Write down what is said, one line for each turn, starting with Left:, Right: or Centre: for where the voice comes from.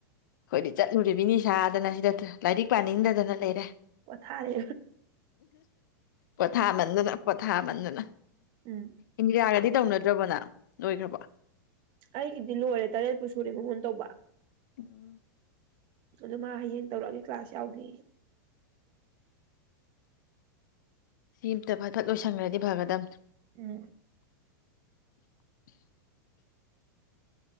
Left: ꯍꯣꯏꯗꯤ ꯆꯠꯂꯨꯔꯤꯕꯅꯤ ꯁꯥꯗꯅ ꯁꯤꯗ ꯂꯥꯏꯔꯤꯛ ꯄꯥꯅꯤꯡꯗꯗꯅ ꯂꯩꯔꯦ
Right: ꯄꯣꯊꯥꯔꯦ
Left: ꯀꯊꯥ ꯃꯥꯟꯗꯅ ꯀꯊꯥ ꯃꯗꯨꯅ
Right: ꯎꯝ
Left: ꯏ ꯑꯔꯗꯤ ꯇꯧꯅꯗ꯭ꯔꯕꯅ ꯅꯣꯏꯈ꯭ꯔꯕ
Right: ꯑꯩꯒꯤꯗꯤ ꯂꯣꯏꯔꯦ ꯇꯔꯦꯠꯄꯨ ꯁꯨꯔꯦ ꯃꯉꯣꯟ ꯇꯧꯕ
Left: ꯎꯝ,
Right: ꯑꯗꯨ ꯃꯥ ꯍꯌꯦꯡ ꯇꯧꯔꯛꯑꯒꯦ ꯀ꯭ꯂꯥꯁ ꯌꯥꯎꯈꯤ
Left: ꯁꯤ ꯑꯝꯇ ꯐꯠ ꯐꯠ ꯂꯣꯏꯁꯟꯈ꯭ꯔꯗꯤ ꯐꯒꯗꯗꯝ
Right: ꯎꯝ
Left: <unintelligible>